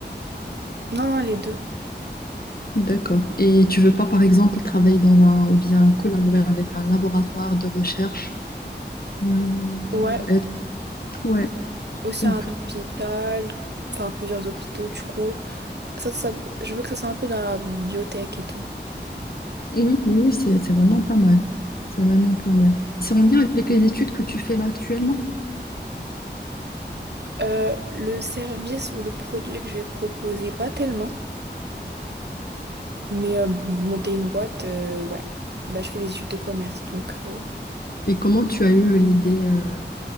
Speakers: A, on the right (about 65°); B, on the left (about 55°).
A: Non, non, les deux.
B: D'accord. Et tu veux pas, par exemple, travailler dans un... ou bien collaborer avec un laboratoire de recherche euh,
A: Ouais,
B: être- Ouais.
A: aussi
B: Donc,
A: un hôpital, enfin plusieurs hôpitaux du coup. ça, ça- je veux que ça soit un peu dans la biotech et tout.
B: oui, oui, oui, c'est, c'est vraiment pas mal. C'est vraiment pas mal. C'est en lien avec les études que tu fais là actuellement.
A: Euh, le service ou le produit que je vais proposer, pas tellement, mais euh, monter une boîte, euh, ouais. Bah, je fais des études de commerce, donc... euh,
B: Et comment tu as eu l'idée... euh,